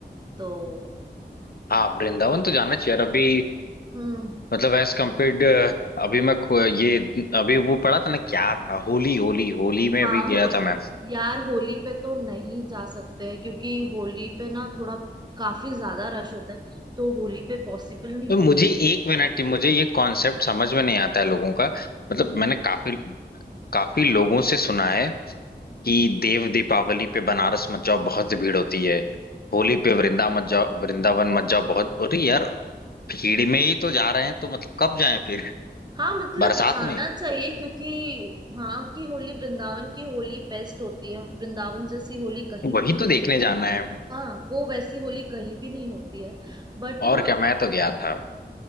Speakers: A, on the right; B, on the left.
A: तो
B: हाँ वृंदावन तो जाना चाहिए और अभी
A: हम्म
B: मतलब एज कम्पेयर्ड अभी मैं खो- ये अभी वो पढ़ा था ना क्या था होली होली होली में
A: हाँ
B: अभी गया
A: होली
B: था मैं
A: यार होली पे तो नहीं जा सकते क्योंकि होली पे ना थोड़ा काफी ज्यादा रश होता है तो होली पे पॉसिबल नहीं
B: तो
A: होता
B: मुझे एक मिनट मुझे ये कॉन्सेप्ट समझ में नहीं आता है लोगों का मतलब
A: हम्म,
B: मैंने काफी काफी लोगों से सुना है कि देव दीपावली पे बनारस मत जाओ बहुत भीड़ होती है होली पे वृंदा मत जाओ वृंदावन मत जाओ बहुत अरे यार भीड़ में ही तो जा रहे हैं तो मतलब कब जाएं फिर
A: हाँ मतलब
B: बरसात
A: जाना
B: में
A: चाहिए क्योंकि वहाँ की होली वृंदावन की होली बेस्ट होती है वृंदावन जैसी होली कहीं
B: वही
A: भी नहीं
B: तो देखने जाना है
A: हाँ वो वैसी होली कहीं भी नहीं होती है बट ना
B: और क्या मैं तो गया था